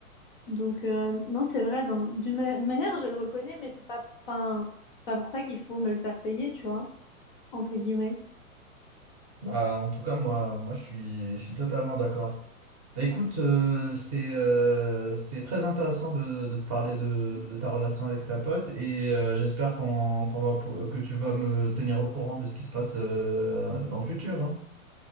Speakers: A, on the left (about 40°); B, on the right (about 25°).
A: Donc euh, non, c'est vrai, dans- d'une ma- manière, je le reconnais, mais c'est pas, enfin, c'est pas pour ça qu'il faut me le faire payer, tu vois, entre guillemets.
B: Bah, en tout cas, moi, moi, je suis, je suis totalement d'accord. Bah, écoute, euh, c'était, euh, c'était très intéressant de, de te parler de, de ta relation avec ta pote et euh, j'espère qu'on, qu'on va, pou- que tu vas me tenir au courant de ce qui se passe euh, dans le futur, hein.